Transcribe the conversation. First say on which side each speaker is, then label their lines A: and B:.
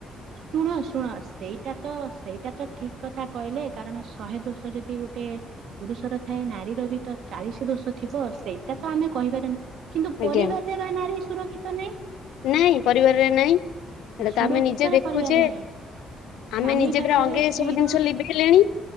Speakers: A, on the right (about 75°); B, on the left (about 85°).
A: ଶୁଣ ଶୁଣ ସେଇଟା ତ ସେଇଟା ତ ଠିକ କଥା କହିଲେ କାରଣ ଶହେ ଦୋଷ ଯଦି ଗୋଟେ ପୁରୁଷର ଥାଏ ନାରୀର ବି ତ ଚାଳିଶ ଦୋଷ ଥିବ ସେଇଟା ତ ଆମେ କହିପାରେ ନାହିଁ କିନ୍ତୁ
B: ଆଜ୍ଞା
A: ପରିବାରରେ ବା ନାରୀ ସୁରକ୍ଷିତ ନାଇଁ।
B: ନାଇଁ ପରିବାରରେ ନାଇଁ
A: ଆଉ
B: ଏଇଟା
A: ସୁରକ୍ଷିତରେ
B: ତ ଆମେ ନିଜେ ଦେଖୁଛେ
A: ପରିବାର ନାହିଁ। ସ୍ଵାମୀ
B: ଆମେ ନିଜେ
A: ପାଖରେ
B: ପୁରା ଅଙ୍ଗେ
A: ସ୍ତ୍ରୀ
B: ସବୁ ଜିନିଷ
A: ର
B: ଲିଭେଇଲେଣି